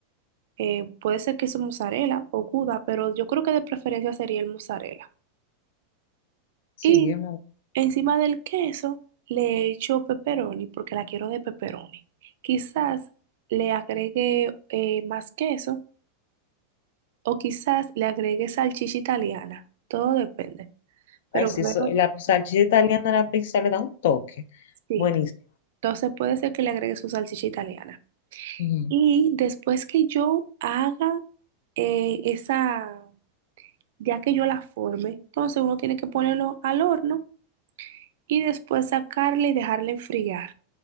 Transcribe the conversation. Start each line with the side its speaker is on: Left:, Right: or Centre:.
Right: eh, puede ser queso mozzarella o gouda, pero yo creo que de preferencia sería el mozzarella.
Left: Sí,
Right: Y
Left: es muy-
Right: encima del queso le echo pepperoni porque la quiero de pepperoni. Quizás le agregue eh, más queso o quizás le agregue salchicha italiana, todo depende, pero
Left: Ay, sí,
Right: creo
Left: eso-
Right: que
Left: la salchicha italiana a la pizza le da un toque.
Right: sí.
Left: Buenísimo.
Right: Entonces puede ser que le agregue su salchicha italiana.
Left: Ujú.
Right: Y después que yo haga eh, esa, ya que yo la forme, entonces uno tiene que ponerlo al horno y después sacarla y dejarla enfriar.